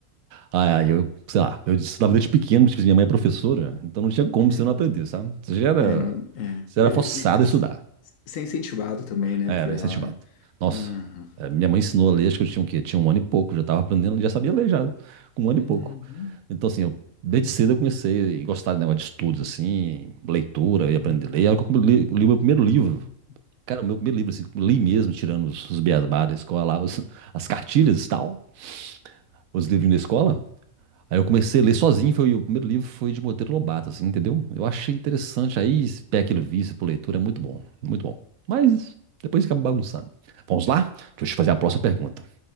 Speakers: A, on the right; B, on the left.
A: ai aí eu, sei lá, eu estudava desde pequeno, tipo, minha mãe é professora, então não tinha como
B: Hum.
A: você não aprender, sabe? Você já era,
B: É, não, é.
A: você era
B: E-
A: forçado
B: e- s-
A: a estudar.
B: Ser incentivado também, né,
A: Era
B: por ela,
A: incentivado.
B: né?
A: Nossa,
B: Uhum.
A: é, minha mãe ensinou a ler, acho que eu tinha o quê? Tinha um ano e pouco, já tava aprendendo, já sabia ler já, com um ano
B: Uhum.
A: e pouco. Então, assim, eu, desde cedo eu comecei a gostar de negócio de estudos, assim, leitura e
B: Uhum.
A: aprender a ler. Aí eu li, li meu primeiro livro.
B: Uhum.
A: Cara, o meu primeiro livro, assim, que eu li mesmo, tirando os, os beabá da escola lá, os- as cartilhas e tal, os livrinhos da escola. Aí eu comecei a ler sozinho, foi o primeiro livro foi de Monteiro Lobato, assim, entendeu? Eu achei interessante, aí peguei aquele vício por leitura, é muito bom, muito bom. Mas depois fica bagunçando. Vamos lá? Deixa eu te fazer a próxima pergunta.